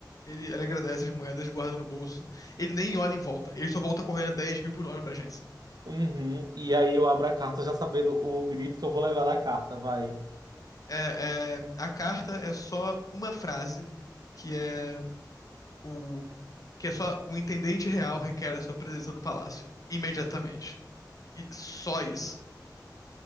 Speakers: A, on the left; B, on the right.
A: Ele, ele agradece as moedas, guarda no bolso. Ele nem olha em volta, ele só volta correndo a dez mil por hora pra agência.
B: Uhum. E aí eu abro a carta já sabendo o grito que eu vou levar da carta, vai.
A: É, é, a carta é só uma frase que é o que é só o intendente real requer a sua presença no palácio imediatamente. E só isso.